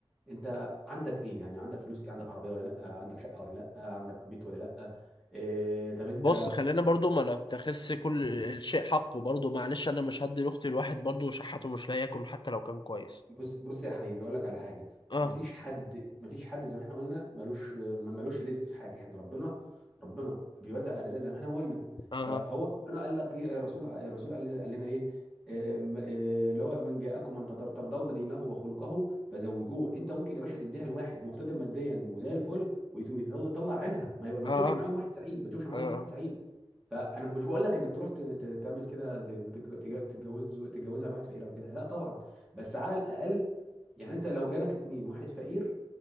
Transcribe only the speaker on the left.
بص خلينا برضو ما نبتخس كل الشيء حقه برضو معلش انا مش هدي لاختي الواحد برضو شحاته مش لاقي ياكل حتى لو كان كويس
اه
اه
اه
اه
اه
آه،